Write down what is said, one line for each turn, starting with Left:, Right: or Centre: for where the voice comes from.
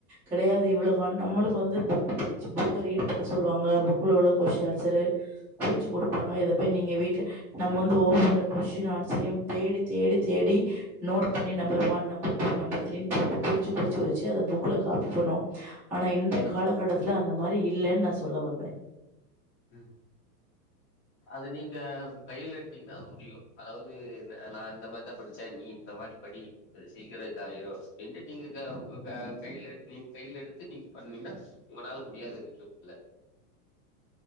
Centre: கெடையாது இவ்வளவு ஹான் நம்மளுக்கு வந்து புக் படிச்சு புக்க ரீட் பண்ண சொல்லுவாங்க புக்ல உள்ள கொஸ்டின் ஆன்சரு குறிச்சு குடுப்பாங்க இதப்போயி நீங்க வீட்ல நம்ம வந்து ஒவ்வொரு கொஸ்டின் ஆன்சரையும் தேடித் தேடித் தேடி நோட் பண்ணி number one number two number த்ரீனு போட்டு குறிச்சு குறிச்சு வச்சு அதை புக்ல காப்பி பண்ணுவோ ஆனா இன்றைய காலகட்டத்துல அந்த மாறி இல்லன்னு நா சொல்ல வருவே
Left: அ அத நீங்க கைல எடுத்தீங்கன்னா முடியு அதாவது நா இந்த மாறிதான் படிச்சே நீ இந்த மாறி படி சீக்கிர இதா ஆயிரு என்ட்டு நீங்க க க கைல நீங்க கையில எடுத்து நீங்க பண்ணீங்கன்னா உங்கனால முடியாதது எதுவுமில்ல